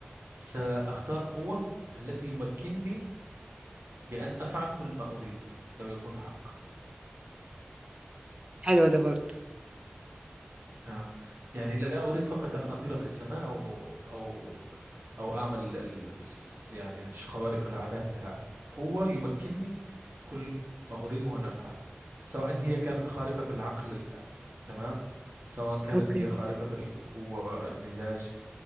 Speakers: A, on the right (about 70°); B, on the right (about 25°).
A: سأختار قوة التي يمكنني بأن أفعل كل ما أريد لو يكون حق
B: حلو ده برضه
A: نعم يعني لا أريد فقط أن أطير في السماء أو أو أو أعمل ال- الس- يعني خوارق العادات لا قوة يمكنني كل ما أريده أن أفعل سواء هي كانت خارقة العقل ال- تمام سواء كانت
B: اوكي
A: هي خارقة القوة المزاج